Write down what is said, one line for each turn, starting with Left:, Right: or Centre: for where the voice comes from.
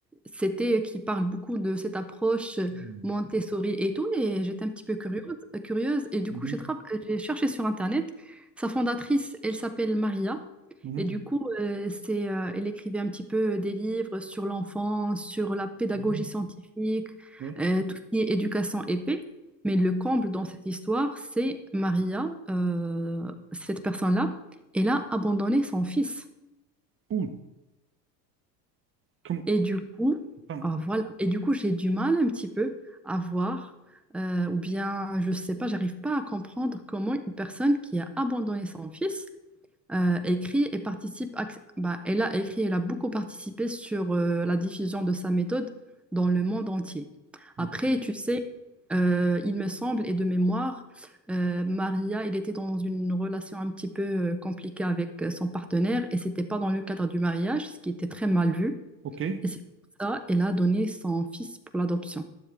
Centre: c'était euh, qui parle beaucoup de cette approche euh,
Right: mhm,
Centre: Montessori et tout, et j'étais un petit peu curieuse, euh, curieuse, et du
Right: mhm,
Centre: coup j'ai tra- j'ai cherché sur Internet. Sa fondatrice, elle s'appelle Maria,
Right: mhm,
Centre: et du coup euh, c'est euh, elle écrivait un petit peu des livres sur l'enfant, sur la pédagogie
Right: mhm,
Centre: scientifique
Right: Oui.
Centre: euh, tout ce qui est éducation épée. Mais le comble dans cette histoire, c'est Maria, euh, cette personne-là, elle a abandonné son fils.
Right: Ouh, comme-
Centre: Et du coup,
Right: putain,
Centre: ah, voilà. Et du coup, j'ai du mal un petit peu à voir, euh, ou bien, je sais pas, j'arrive pas à comprendre comment une personne qui a abandonné son fils euh, écrit et participe. ac- Bah, elle a écrit, elle a beaucoup participé sur euh, la diffusion de sa méthode dans le monde entier. Après,
Right: Ok.
Centre: tu sais, euh, il me semble, et de mémoire, euh, Maria, il était dans une relation un petit peu euh, compliquée avec euh, son partenaire et c'était pas dans le cadre du mariage, ce qui était très mal vu.
Right: Ok.
Centre: Et c'est pour ça qu'elle a donné son fils pour l'adoption.